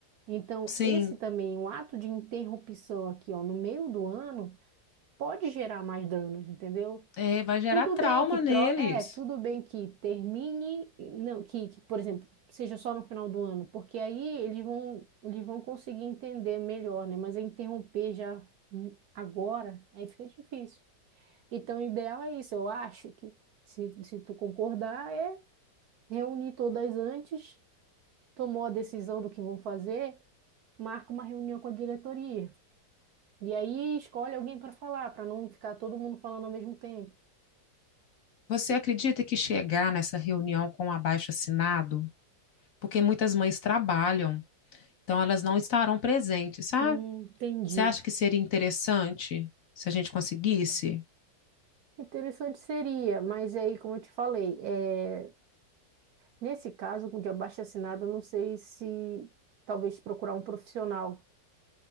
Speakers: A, on the right; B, on the left.
A: Então,
B: sim.
A: esse também, um ato de interrupção aqui, ó, no meio do ano, pode gerar mais danos, entendeu?
B: É, vai gerar
A: Tudo
B: trauma
A: bem que tro...
B: neles.
A: é, tudo bem que termine, não, que, que, por exemplo, seja só no final do ano, porque aí eles vão, eles vão conseguir entender melhor, né? Mas é interromper já hum, agora, aí fica difícil. Então, o ideal é isso, eu acho que se, se tu concordar, é reunir todas antes, tomou a decisão do que vão fazer, marca uma reunião com a diretoria. E aí escolhe alguém para falar, para não ficar todo mundo falando ao mesmo tempo.
B: Você acredita que chegar nessa reunião com o abaixo-assinado? Porque muitas mães trabalham, então elas não estarão presentes, sabe?
A: Hum, entendi.
B: Você acha que seria interessante se a gente conseguisse?
A: Interessante seria, mas aí, como eu te falei, é, nesse caso de abaixo-assinado, eu não sei se talvez procurar um profissional,